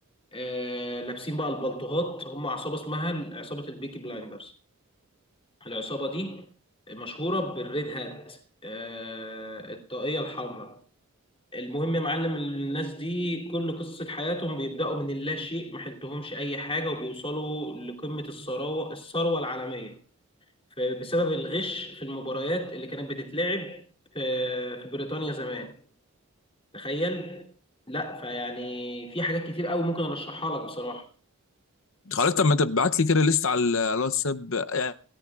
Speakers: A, on the left; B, on the left.
A: آه، لابسين بقى البلطوهات هم عصابه اسمها عصابه البيكي بلايندرز العصابه دي مشهوره بالريد هات آه، الطاقيه الحمراء المهم يا معلم الناس دي كل قصة حياتهم بيبدأوا من اللا شيء ما حلتهمش أي حاجة وبيوصلوا لقمة الثروة الثروة العالمية ف- بسبب الغش في المباريات اللي كانت بتتلعب في في بريطانيا زمان تخيل لا فيعني في حاجات كتير قوي ممكن ارشحها لك بصراحة
B: خلاص طب ما تبعت لي كده لسه على ال- على الواتساب يعني